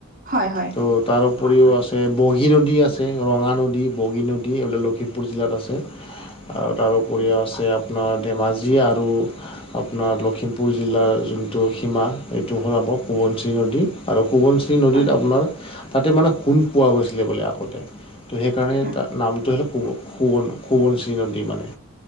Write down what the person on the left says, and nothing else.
ত' তাৰ উপৰিও আছে, বগী নদী আছে, ৰঙা নদী, বগী নদী এইবোৰ লখিমপুৰ জিলাত আছে।
আৰু তাৰো উপৰিও আছে আপোনাৰ ধেমাজি আৰু আপোনাৰ লখিমপুৰ- জিলাৰ যোনটো সীমা, এইটো হ'ল আপোনাৰ সোৱনশিৰি নদী আৰু। নদীত
আপোনাৰ, তাতে মানে সোণ পোৱা গৈছিলে বোলে আগতে। তো সেইকাৰণে
তাৰ নামটো হ'ল সোৱ সোৱনশিৰি নদী মানে।